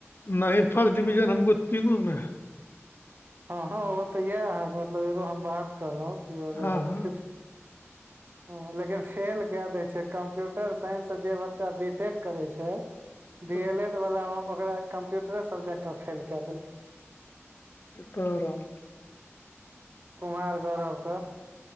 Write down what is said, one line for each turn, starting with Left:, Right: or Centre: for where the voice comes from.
Left: नहि फर्स्ट डिविजन हमको तीनू में
Right: हँ हँ ओ तऽ इएह अहाँके मतलब एगो हम बात कहलहुँं कि अगर
Left: हाँ
Right: हेतै
Left: <inaudible>
Right: ह लेकिन फेल कै दै छै कंप्यूटर साइंस से जे बच्चा बी टेक करे छै
Left: <inaudible>
Right: डी एल एड वाला मे ओकरा कंप्यूटरे सब्जेक्ट में फेल कऽ देलकै
Left: सीता राम
Right: कुमार गौरव कऽ